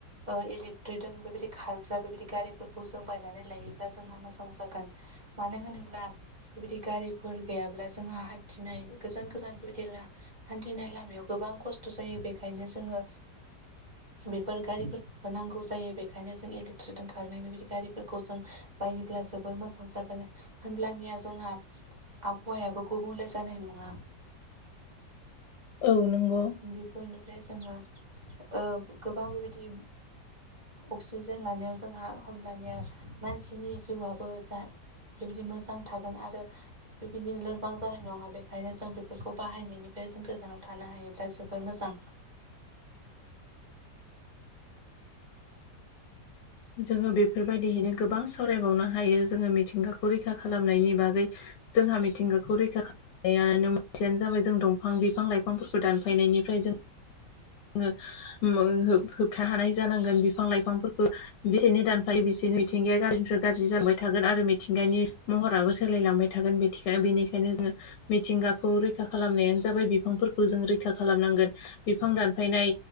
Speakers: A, on the right; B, on the left.
A: ओ इलेक्ट्रिदों बेबायदि खार ग्रा बेबायदि गारिफोरखौ जों बायनानै लायोब्ला जोंहा मोजां जागोन मानो होनोब्ला बेबायदि गारिफोर गैयाब्ला जोंहा हान्थिनाय गोजान गोजान बेदि हान्थिनाय लामायाव गोबां खस्थ' जायो बेखायनो जोङो बेफोर गारिफोरखौबो नांगौ जायो बेनिखायनो जों इलेक ट्रिदों खारनाय बेबायदि गारिफोरखौ जों बायोब्ला जोबोर मोजां जागोन, होनब्लानिया जोंहा आबहावायाबो गुबुंले जानाय नङा।
B: औ नंगौ
A: बेफोरनिफ्राय जोङो ओ गोबां बेबायदि अक्सिजेन लानायाव जोंहा होमब्लानिया मानसिनि जिउआबो जा बेबायदि मोजां थागोन आरो बेबायदिनो लोरबां जानाय नङा बेखायनो जों बेफोरखौ बाहायनायनिफ्राय जों गोजानाव थानो हायो दा जोबोर मोजां।
B: जोङो बेफोरबायदिहैनो गोबां सावरायबावनो हायो जोङो मिथिंगाखौ रैखा खालामनायनि बागै जोंहा मिथिंगाखौ रैखा खा नायानो मोनसेयानो जाबाय जों दंफां बिफां - लाइफांफोरखौ दानफायनायनिफ्राय जों ङो मो हो- होबथा हानाय जानांगोन बिफां लाइफांफोरखौ बेसेनो दानफायो बिसेनो मिथिंगाया गाज्रिनिफ्राय गाज्रि जांबाय थागोन आरो मिथिंगानि महराबो सोलायलांबाय था गोन बिथिखाय- बेनिखायनो जो मिथिंगाखौ रैखा खालामनायानो जाबाय बिफांफोरखौ जों रैखा खालामनां गोन। बिफां दानफायनाय